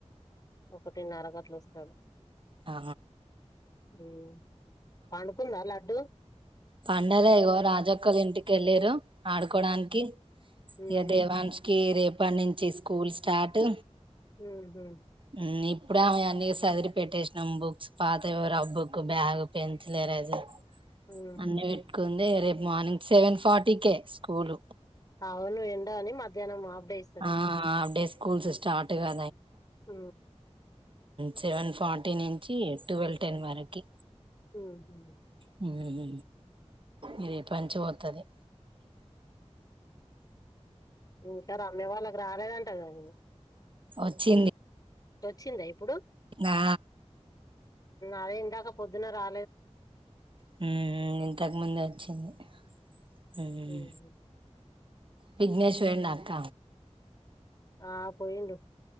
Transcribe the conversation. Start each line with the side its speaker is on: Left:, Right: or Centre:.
Left: ఒకటిన్న అరగట్లు వస్తడు
Right: అ.
Left: ఊ పండు కుందా లడ్డు
Right: పండలే ఇగో రాజక్కొల్లా ఇంటికి వెళ్ళిర్రు ఆడుకోవడానికి
Left: ఆ ఉహు
Right: ఇక దే మాంషి కి రేపటి నుంచి స్కూల్ స్టార్ట్
Left: ఊ హు
Right: హు ఇప్ ఇప్పుడే ఆమె అన్న సదిరి పెట్టేసినాం బుక్స్ పాత రబ్బుక్ బ్యాగ్ పెన్సిల్ ఏరైజర్
Left: ఉహు
Right: అన్ని పెట్టుకుంది రేపు మార్నింగ్ సెవెన్ ఫార్టీకే స్కూల్
Left: అవును ఎండ అని మధ్యాహ్నం ఆప్డే ఇస్తరని
Right: ఆ హాఫ్ డే స్కూల్స్ స్టార్ట్ గదా
Left: ఊ
Right: సెవెన్ ఫార్టీ నుంచి ట్వెల్వ్ టెన్ వరకి
Left: ఊ హు
Right: హ్మ్ హు ఇది పంచమి వత్తది
Left: ఇంక రమ్య వాళ్ళకి రాలేదంటగ నువు
Right: వచ్చింది
Left: వచ్చిండా ఇప్పుడు
Right: ఆ
Left: అదే ఇందాక పొద్దున రా
Right: హ్మ్ హు ఇంతకు ముందే వచ్చింది హ్మ్ హు
Left: ఉహు
Right: విఘ్నేష్ పోయిండా అక్క
Left: ఆ పోయిండు